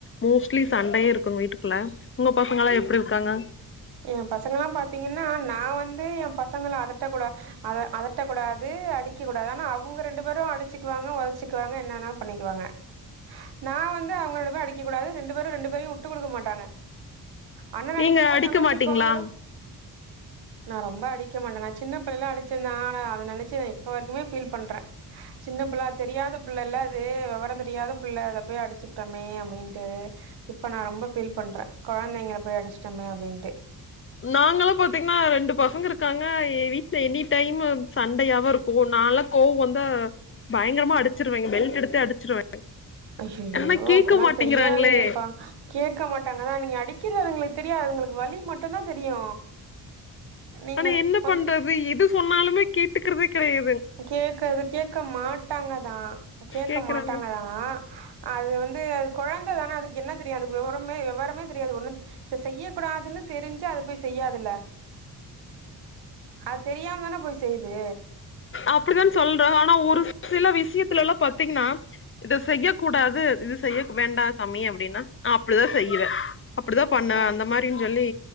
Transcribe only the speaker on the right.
எ பசங்கள்லா பாத்தீங்கன்னா நா வந்து எ பசங்கள அதட்ட கூடா அத அதட்டக்கூடாது அடிக்க கூடாது ஆனா அவுங்க ரெண்டு பேரு அடிச்சுக்குவாங்க ஒதச்சுக்குவாங்க என்னா வேணா பண்ணிக்குவாங்க நா வந்து அவுங்க ரெண்டு பேரயு அடிக்க கூடாது ரெண்டு பேரு ரெண்டு பேரையு வுட்டு குடுக்க மாட்டாங்க அண்ணன்ன அடிக்கும்போது
தங்கச்சிக்
கோவோ வரு நா ரொம்ப அடிக்க மாட்டே நா சின்ன பிள்ளைல்ல அடிச்சே தா ஆனா அத நெனச்சு நா இப்ப வரைக்குமே ஃபீல் பண்றே சின்ன பிள்ள அது தெரியாத பிள்ளல்ல அது வெவரோ தெரியாத பிள்ள அத போய் அடிச்சுப்ட்டோமே அப்டின்ட்டு இப்ப நா ரொம்ப ஃபீல் பண்றே கொழந்தைங்கள போய் அடிச்ட்டோமே அப்டின்ட்டு
அய்யயோ
அப்பில்லா
செய்யாதீங்கப்பா கேக்க மாட்டாங்கதா நீங்க அடிக்கிறது அதுங்களுக்கு தெரியாது அதுங்களுக்கு வலி மட்டுந்தா தெரியு நீங்க
வந்து
கேக்காது கேக்க மாட்டாங்கதா கேக்க
மாட்டாங்கதா ஆ அது வந்து அது கொழந்த தான அதுக்கு என்ன தெரியு அதுக்கு வெவரமே வெவரமே தெரியாது ஒண்ணு இத செய்ய கூடாதுன் தெரிஞ்சா அது போய் செய்யாதுல அது தெரியாம தான போய் செய்து
அ